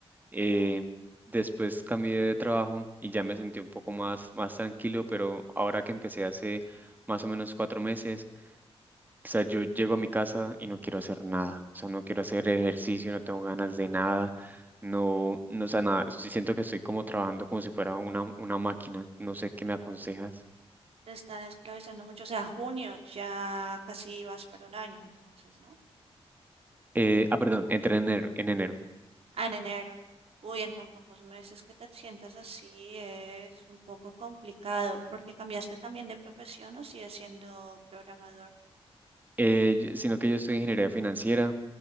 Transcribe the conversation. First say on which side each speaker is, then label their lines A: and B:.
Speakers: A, on the right; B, on the right.
A: Eh,
B: Ya
A: después cambié de trabajo y ya me sentí un poco más, más tranquilo, pero ahora que empecé hace más o menos cuatro meses, o sea, yo llego a mi casa y no quiero hacer nada, o sea, no quiero hacer ejercicio, no tengo ganas de nada, no, no, o sea, nada, sí siento que estoy como trabajando como si fuera una, una máquina, no sé qué me aconsejas.
B: te están esclavizando mucho. O sea, junio ya casi vas para un año, entonces, ¿no?
A: Eh, ah, perdón, entré en enero, en enero.
B: Ah, en enero. Uy, en tan pocos meses que te sientas así es un poco complicado. ¿Porque cambiaste también de profesión o sigues siendo programador?
A: Eh, y- sino que yo estoy en ingeniería financiera